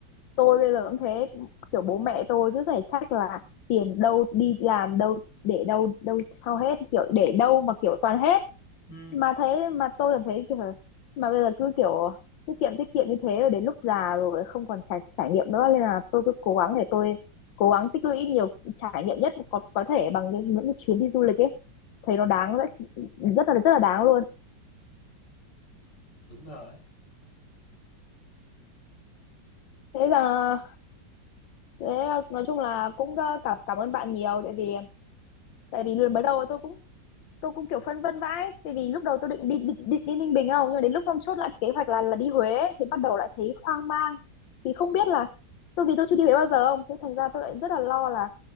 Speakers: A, on the left; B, on the left.
A: tôi bây giờ cũng thế kiểu bố mẹ tôi cứ phải trách là tiền đâu đi làm đâu để đâu đâu sao hết kiểu để đâu mà kiểu toàn hết
B: ừ.
A: mà thế mà tôi cảm thấy kiểu mà bây giờ cứ kiểu tiết kiệm tiết kiệm như thế rồi đến lúc già rồi không còn trải trải nghiệm nữa nên là tôi cứ cố gắng để tôi cố gắng tích lũy nhiều trải nghiệm nhất có có thể bằng những, những cái chuyến đi du lịch ấy thấy nó đáng rất rất là rất là đáng luôn
B: đúng rồi
A: thế là thế nói chung là cũng ờ, cảm cảm ơn bạn nhiều tại vì tại vì mới đầu tôi cũng tôi cũng kiểu phân vân vãi tại vì lúc đầu tôi định đi, đi, đi, đi Ninh Bình không nhưng mà đến lúc hôm chốt lại kế hoạch là là đi Huế ấy, thì bắt đầu lại thấy hoang mang vì không biết là tôi vì tôi chưa đi Huế bao giờ không thế thành ra tôi
B: Ừ,
A: lại rất là lo là